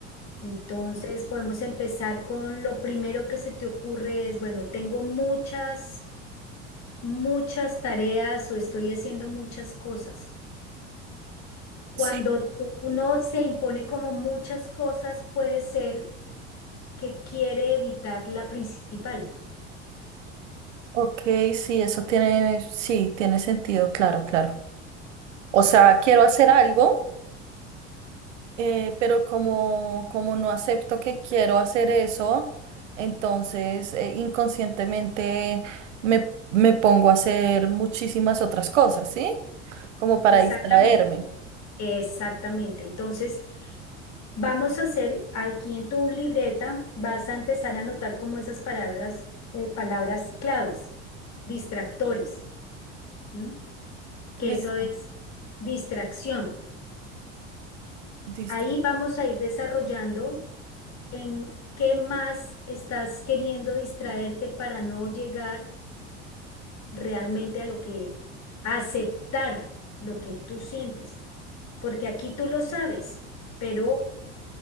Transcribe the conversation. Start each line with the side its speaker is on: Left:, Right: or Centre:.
Left: Entonces podemos empezar con lo primero que se te ocurre es, bueno, tengo muchas, muchas tareas o estoy haciendo muchas cosas. Cuando
Right: Sí.
Left: uno se impone como muchas cosas, puede ser que quiere evitar la principal.
Right: Ok, sí, eso tiene, sí, tiene sentido, claro, claro. O sea, quiero hacer algo, eh, pero como, como no acepto que quiero hacer eso, entonces eh, inconscientemente me, me pongo a hacer muchísimas otras cosas, ¿sí? Como para
Left: Exactamente,
Right: distraerme.
Left: exactamente. Entonces, Vamos a hacer aquí en tu libreta, vas a empezar a anotar como esas palabras, eh, palabras claves, distractores, ¿m? que
Right: Listo,
Left: eso es distracción.
Right: listo.
Left: Ahí vamos a ir desarrollando en qué más estás queriendo distraerte para no llegar realmente a lo que, a aceptar lo que tú sientes, porque aquí tú lo sabes, pero